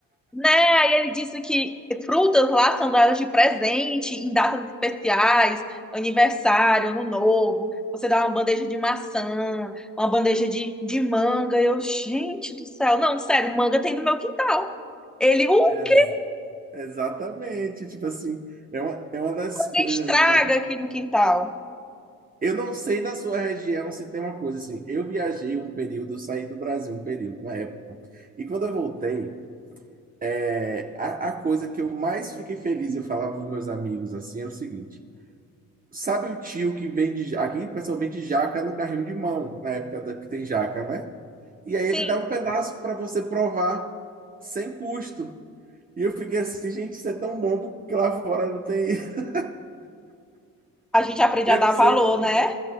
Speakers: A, in the centre; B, on the right (about 30°).
A: Né? Aí ele disse que frutas lá são dadas de presente em datas especiais, aniversário, ano novo. Você dá uma bandeja de maçã, uma bandeja de, de manga. Eu, gente do céu, não, sério, manga tem no meu quintal. Ele, o
B: É,
A: que
B: Exatamente, tipo assim, é uma, é uma das
A: manga
B: coisas
A: estraga
B: mais.
A: aqui no quintal?
B: Eu não sei na sua região se tem uma coisa assim. Eu viajei um período, eu saí do Brasil um período, uma época. E quando eu voltei, é, a, a coisa que eu mais fiquei feliz, eu falava para meus amigos assim, era o seguinte: sabe o tio que vende. ja- Aqui o pessoal vende jaca no carrinho de mão, na época da- que tem jaca, né? E aí
A: Sim,
B: ele dá um pedaço para você provar, sem custo. E eu fiquei assim, gente, isso é tão bom, porque lá fora não tem. <laughs>
A: a gente aprende
B: Eu
A: a dar
B: não sei.
A: valor, né?